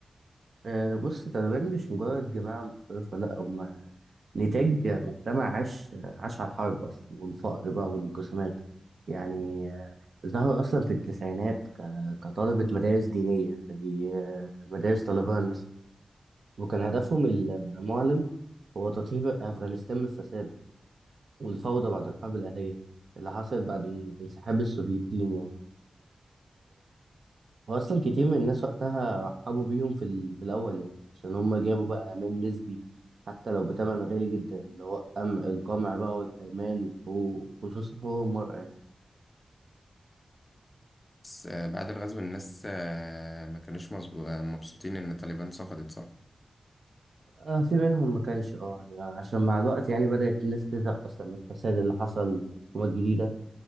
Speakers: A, on the right (about 75°); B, on the left (about 30°).
A: آه، بص التaliban مش مجرد جماعة متطرفة لأ هما نتاج مجتمع عاش عاش على الحرب أصلا والفقر بقى والانقسامات يعني آه، ظهر أصلا في التسعينات ك- كطلبة مدارس دينية زي آه، مدارس طالبان مثلا وكان هدفهم المعلن هو تطهير أفغانستان من الفساد والفوضى بعد الحرب الأهلية اللي حصلت بعد انسحاب السوفيتين يعني واصلا كتير من الناس وقتها رحبوا بيهم في, ال... في الاول يعني عشان هم جابوا بقى امان نسبي حتى لو بتمن غالي جدا اللي هو أم... القمع بقى والحرمان وخصوصا حقوق المرأة يعني
B: بس آه، بعد الغزو الناس آه، ما كانوش مظبو- آه، مبسوطين إن طالبان سقطت صح؟
A: آه في منهم ما كانش اه عشان مع الوقت يعني بدأت الناس تزهق اصلا من الفساد اللي حصل في الحكومة الجديدة